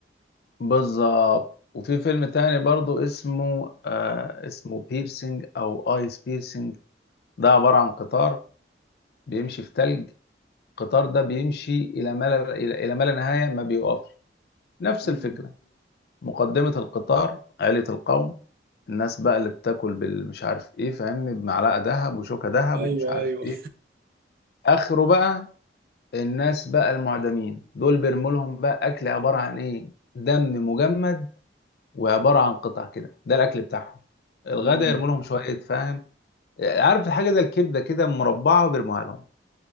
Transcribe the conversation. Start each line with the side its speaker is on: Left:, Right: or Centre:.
Left: بالظبط وفي فيلم تاني برضو اسمه آه اسمه بيرسينج او ايس بيرسينج ده عباره عن قطار بيمشي في تلج القطار ده بيمشي الى ما لا الى إلى ما لا نهايه ما بيقفش نفس
Right: مم.
Left: الفكره مقدمه القطار عائله القوم الناس بقى اللي بتاكل بالمش عارف ايه فاهمني بمعلقه ذهب وشوكه ذهب
Right: ايوه
Left: ومش عارف
Right: ايوه
Left: ايه اخره بقى الناس بقى المعدمين دول بيرموا لهم بقى اكل عباره عن ايه دم مجمد وعباره عن قطع كده ده الاكل بتاعهم الغدا
Right: امم
Left: يرموا لهم شويه فاهم عارف حاجه زي الكبده كده مربعه وبيرموها لهم